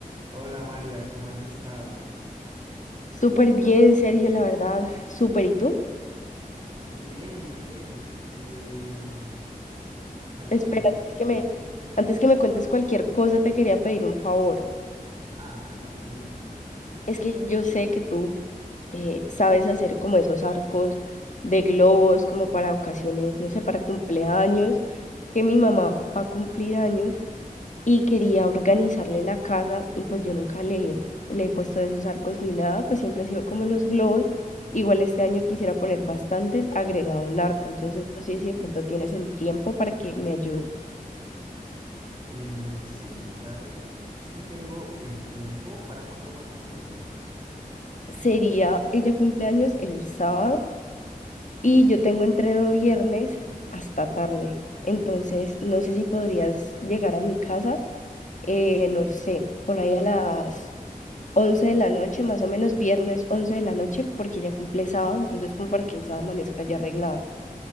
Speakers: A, on the right; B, on the left.
A: Hola María, ¿cómo has estado?
B: Súper bien, Sergio, la verdad, súper. ¿Y tú?
A: Muy bien, muy bien. Eh, mm, básicamente,
B: Espera, antes que me, antes que me cuentes cualquier cosa, te quería pedir un favor.
A: ah, cuéntame, dime.
B: Es que yo sé que tú eh, sabes hacer como esos arcos de globos, como para ocasiones, no sé, para cumpleaños, que mi mamá va a cumplir años y quería organizarle la casa y pues yo nunca le, le he puesto de esos arcos ni nada, pues siempre ha sido como los globos. Igual este año quisiera poner bastantes agregado un arco, entonces no sé si de pronto tienes el tiempo para que me ayudes.
A: Eh, sí, la verdad es que sí, sí tengo el tiempo. ¿Para cuándo más o menos sería?
B: Sería, ella cumpleaños el sábado y yo tengo entreno viernes hasta tarde, entonces no sé si podrías llegar a mi casa, eh, no sé, por ahí a las 11 de la noche, más o menos viernes 11 de la noche, porque ya cumple sábado, entonces como para que el sábado amanezca ya arreglado.